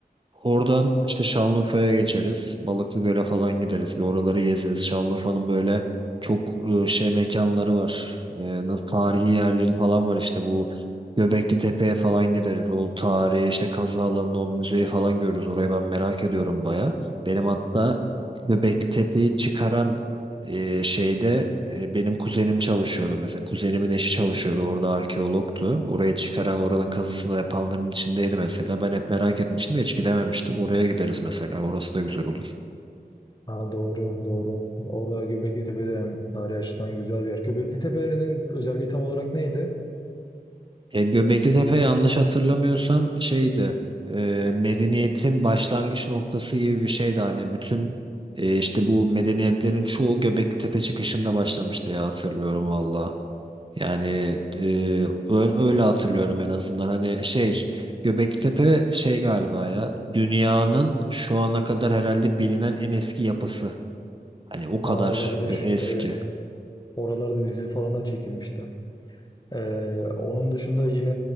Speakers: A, on the right; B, on the left.
A: Oradan işte Şanlıurfa'ya geçeriz. Balıklı Göl'e falan gideriz. Bir oraları gezeriz. Şanlıurfa'nın böyle çok e, şey mekanları var. E, nasıl tarihi yerleri falan var işte bu Göbekli Tepe'ye falan gideriz. O tarihi işte kazı alanını o müzeyi falan görürüz. Orayı ben merak ediyorum baya. Benim hatta Göbekli Tepe'yi çıkaran e, şeyde e, benim kuzenim çalışıyordu mesela. Kuzenimin eşi çalışıyordu. Orada arkeologtu. Oraya çıkaran oranın kazısını yapanların içindeydi mesela. Ben hep merak etmiştim de hiç gidememiştim. Oraya gideriz mesela. Orası da güzel olur.
B: Ha, doğru doğru. Orada Göbekli Tepe de hem tarihi açıdan güzel bir yer. Göbekli Tepe'nin özelliği tam olarak neydi?
A: E, Göbekli Tepe yanlış hatırlamıyorsam şeydi. e, medeniyetin başlangıç noktası gibi bir şeydi. Hani bütün e, işte bu medeniyetlerin çoğu Göbekli Tepe çıkışında başlamıştı ya hatırlıyorum valla. Yani e, ben öyle hatırlıyorum en azından. Hani şey Göbektepe şey galiba ya dünyanın şu ana kadar herhalde bilinen en eski yapısı. Hani o kadar
B: Ha, olabilir.
A: e, eski.
B: Evet. Oralarda dizi falan da çekilmişti. Ee, onun dışında yine